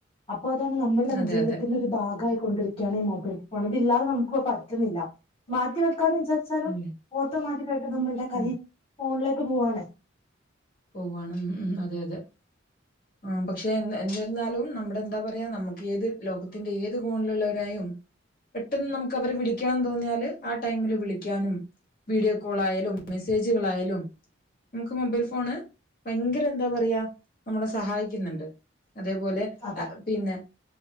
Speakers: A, on the left; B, on the left.
A: അപ്പൊ അതാണ് നമ്മളുടെല്ല
B: അതെ
A: ജീവിതത്തിന്റെ
B: അതെ
A: ഒരു ഭാഗമായിയി കൊണ്ടിരിക്കുകയാണ് ഈ മൊബൈൽ ഫോണ് ഇപ്പില്ലാതെ നമുക്കി പറ്റുന്നില്ല മാറ്റി വ യ്ക്ക ക്ക വിരിച്ചാലും
B: ഇല്ലേ
A: ഓട്ടോമാറ്റിക്ക ആയിട്ട് നമ്മുടെ കൈ
B: ഉം
A: ഫോണില ങ്ങട്ട് പോവാണ്
B: പോവുവയാണ് ഉംഅതെ അതെ ആ പക്ഷെ എന്തിരുന്നാലും നമ്മുടെ എന്താ പറയാ നമുക്ക് ഏത് ലോകത്തിന്റെ ഏത് ഫോണിലുള്ളവരായും പെട്ടെന്ന് നമുക്ക് അവരെ വിളിക്കണം തോന്നിയാല് ആ ടൈമില് വിളിക്കാനും വീഡിയോ കോൾ ആയാലും മെസ്സേജുകളായാലും നമുക്ക് മൊബൈൽ ഫോണ് ഭയങ്കര എന്താ പറയാ നമ്മള സഹായിക്കുന്നുണ്ട് അതേപോലെ
A: അതെ
B: ആ പിന്നെ